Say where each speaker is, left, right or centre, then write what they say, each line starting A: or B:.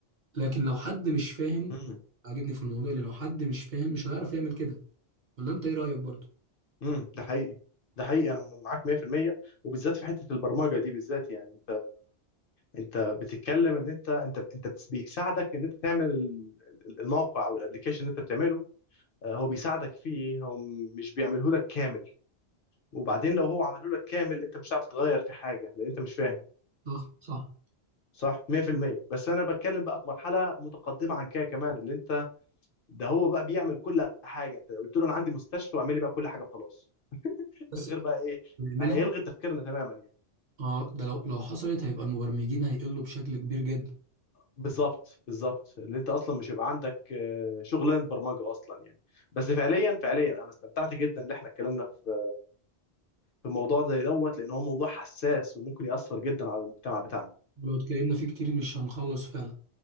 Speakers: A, on the right; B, on the left.
A: لكن لو حد مش فاهم
B: امم
A: عاجبني في الموضوع اللي لو حد مش فاهم مش هيعرف يعمل كده ولا انت ايه رأيك برضو
B: امم ده حقيقي ده حقيقي انا معاك 100% وبالذات في حتة البرمجة دي بالذات يعني انت بتتكلم ان انت انت انت بتس- بيساعدك ان انت تعمل ال- ال- الموقع او الابلكيشن اللي انت بتعمله آه، هو بيساعدك فيه هو م- مش بيعمله لك كامل وبعدين لو هو عمله لك كامل انت مش هتعرف تغير في حاجه لان انت مش فاهم
A: صح صح
B: صح 100% بس انا بتكلم بقى في مرحله متقدمه عن كده كمان اللي انت ده هو بقى بيعمل كل حاجه انت قلت له انا عندي مستشفى واعمل لي بقى كل حاجه خلاص <laughs> من
A: بس
B: غير بقى ايه
A: نعملها
B: هيلغي تفكيرنا تماما يعني
A: اه ده لو لو حصلت هيبقى المبرمجين هيقلوا بشكل كبير جدا
B: بالظبط بالظبط اللي انت اصلا مش هيبقى عندك آه، شغلانه برمجه اصلا يعني بس فعليا فعليا انا استمتعت جدا ان احنا اتكلمنا في في موضوع زي دوت لان هو موضوع حساس وممكن ياثر جدا على المجتمع بتاعنا
A: ولو اتكلمنا فيه كتير مش هنخلص فعلا